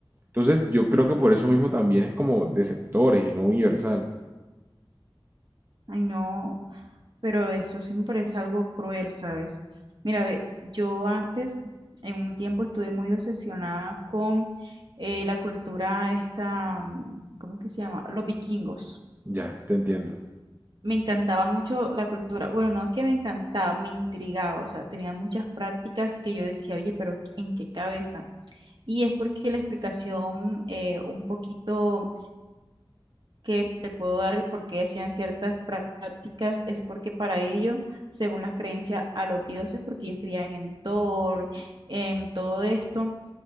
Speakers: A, on the right (about 25°); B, on the right (about 60°).
A: Entonces yo creo que por eso mismo también es como de sectores y no universal.
B: Ay, no. Pero eso sí me parece algo cruel, ¿sabes? Mira, ve, yo antes, en un tiempo, estuve muy obsesionada con eh, la cultura esta, mm, ¿cómo que se llama? Los vikingos.
A: Ya, te entiendo.
B: Me encantaba mucho la cultura. Bueno, no es que me encantaba, me intrigaba. O sea, tenía muchas prácticas que yo decía, oye, pero ¿en qué cabeza? Y es porque la explicación eh, un poquito que te puedo dar el por qué hacían ciertas prácticas es porque para ellos, según las creencias a los dioses, porque ellos creían en Thor, en todo esto,